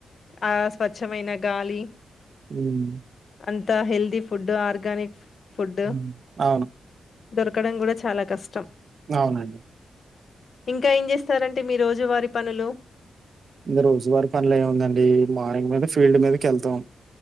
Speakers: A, on the left; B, on the right.
A: ఆ స్వచ్ మైన గాలి,
B: హ్మ్.
A: అంత త హెల్ది ఫుడ్డు ఆర్గనిక్ ఫుడ్డు,
B: హ్మ్. అవును.
A: దొరకడం కూడా చాలా కష్టం.
B: అవునండి.
A: ఇంకా ఏం చేస్తారండి, మీ రోజు వారి పనులు.
B: రోజువారి పనులు ఏముందండి, మార్నింగ్ మీద ఫీల్డ్ మీదకెళ్తాం.